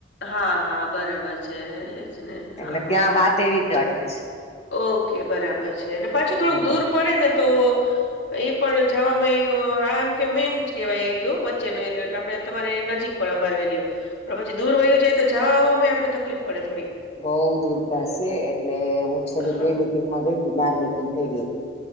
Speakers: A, on the left; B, on the left.
A: હા હા બરાબર છે. એજ ને હા
B: એટલે
A: હા.
B: ત્યાં વાત એવી રીતે અટકે છે.
A: ઓકે બરાબર છે અને પાછું થોડુંક
B: હ
A: દૂર પડે ને તો એ પણ જવામાં આમ કે મેઈન કહેવાય એરિયો વચ્ચેનો એરિયો એટલે આપડણે તમારે નજીક પણ અમારો એરિયો, પણ પછી દૂર વયું જાય તો જવા આપડે તકલીફ પડે થોડી.
B: બઉ દૂર પસે એટલે હું છેલ્લી
A: હા
B: બે મિટિંગમાં ગઈ હતી બાર મિટિંગ થઇ ગઈ હતી.